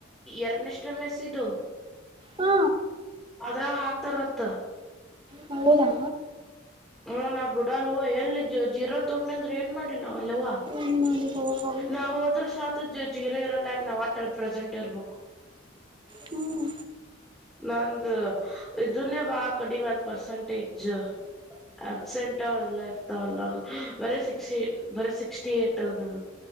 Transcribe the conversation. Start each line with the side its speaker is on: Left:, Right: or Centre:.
Centre: ಎರನಷ್ಟರ ಮೆಸ್ ಇದು
Right: ಹ್ಮ
Centre: ಅದ್ರಾವ ಹಾಕ್ತಾರ ರತ್
Right: ಹಲ್ಲದಾ
Centre: ಹ್ಮ್ ನಾ ಬಿಡಲ್ ಎಲ್ಲಿ ಜೀರೋ ತೊಂದ್ನಿ ಅಂದ್ರ ಏನ್ ಮಾಡಿಲ್ಲ ವಲವಾ
Right: ಏನ್ ಮಾಡಿದ ಹೋಗಿ
Centre: ನಾವ್ ಹೋದ್ರ ಸಾತ್ ಜೀರ ಇರಲ್ಲ ಯಾಕೆ ನಾವ್ ಆಟಲ್ ಪ್ರೆಸೆಂಟ್ ಇರ್ಬೇಕು
Right: ಹ್ಮ್
Centre: ನಂದು ಇದನ್ನೇ ಬಾ ಕಡಿಮೆದ ಪರ್ಸಂಟೇಜ್ ಅಬ್ಸೆಂಟ್ ಎಲ್ಲ ಇರ್ತಾವಲ್ಲ ಬರ ಸಿಕ್ಸ್ಟಿ ಬರ ಸಿಕ್ಸ್ಟಿ ಏಟ್ ಅದ